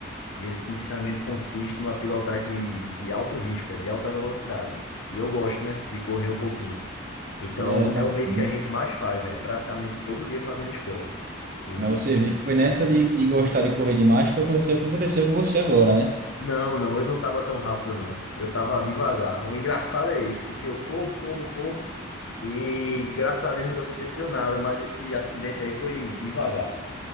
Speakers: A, on the left; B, on the right.
A: E esse policiamento consiste numa pilotagem de, de alto risco, véio, de alta velocidade. E eu gosto, né? De correr um pouquinho. Então,
B: É, meu.
A: é o mês
B: irmão.
A: que a gente mais faz, velho. Praticamente todo dia fazendo escolta. E,
B: Mas você
A: infelizmente,
B: vê que foi nessa de, de gostar de correr demais que foi aconteceu, o que aconteceu com você agora, né?
A: Não, não, eu não tava tão rápido, não. Eu tava devagar. O engraçado é isso, porque eu corro, corro, corro e graças a Deus nunca aconteceu nada, mas esse acidente aí foi devagar.